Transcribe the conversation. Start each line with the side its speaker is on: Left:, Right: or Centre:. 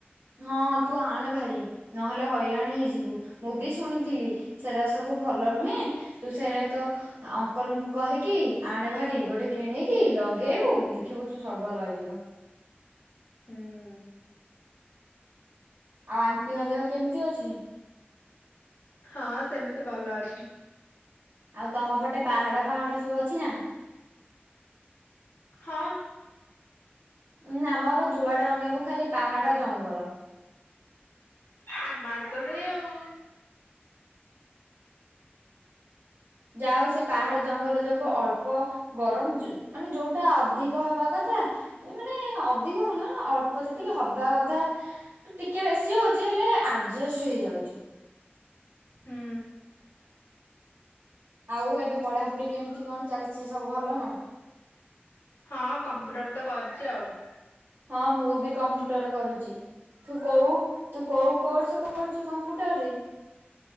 Right: ହଁ ତୁ ଆଣେ ଭାରି ନହେଲେ ହଇରାଣ ହେଇଯିବୁ ମୁଁ ବି ଶୁଣିଥିଲି ସେରା ସବୁ ଭଲ ନୁହେଁ ତୁ ସେରା ତ ଅଙ୍କଲଙ୍କୁ କହିକି ଆଣେ ଭାରି ଗୋଟେ କିଣିକି ଲଗେଇବୁ ଦେଖିବୁ ତୁ ସବ ଭଲ ହେଇଯିବ।
Left: ହୁଁ।
Right: ଆଉ ଆଣ୍ଟିଙ୍କ ଦେହ କେମିତି ଅଛି?
Left: ହଁ ସେମିତି ଭଲ ଅଛି।
Right: ଆଉ ତମ ପଟେ ପାହାଡ ପାହାଡ ସବୁ ଅଛି ନା?
Left: ହଁ।
Right: ଉୁଁ ଆମର ଯୁଆଡେ ଅନେଇବୁ ଖାଲି ପାହାଡ ଜଙ୍ଗଲ।
Left: ଆମ ଆଡେ ତ ସେଇ ଆଉ।
Right: ଯାହା ହଉ ସେ ପାହାଡ ଜଙ୍ଗଲ ଯୋଗୁ ଅଳ୍ପ ଗରମ ଯ ମାନେ ଯୋଉଟା ଅଧିକ ହବା କଥା ମାନେ ଅଧିକ ହଉନି ମାନେ ଅଳ୍ପ ଯେତିକି ହବା କଥା ଠୁ ଟିକେ ବେଶି ହଉଚି ହେଲେ ଆଡଜଷ୍ଟ୍ ହେଇଯାଉଚି।
Left: ହୁଁ।
Right: ଆଉ ଏବେ ପଢାପଢି କେମିତି କଣ ଚାଲିଚି ସବୁ ଭଲ ନା?
Left: ହଁ କମ୍ପ୍ୟୁଟର୍ ତ କରୁଚି ଆଉ।
Right: ହଁ ମୁଁ ବି କମ୍ପ୍ୟୁଟର୍ କରୁଚି। ତୁ କୋଉ ତୁ କୋଉ କୋର୍ସ କରୁଚୁ କମ୍ପ୍ୟୁଟର୍ ରେ?